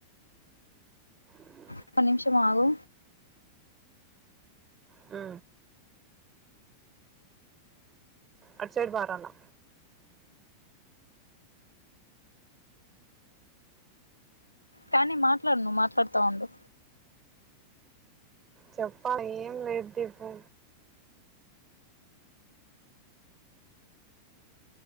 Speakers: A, on the right; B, on the left.
A: మ్
B: క్క నిమిషం ఆగు
A: మ్ అడుసైడు బారలే
B: కానీ మాట్లాడు నువ్వు మాట్లాడుతా ఉండు
A: చెప్ప ఏం లేదు దీపు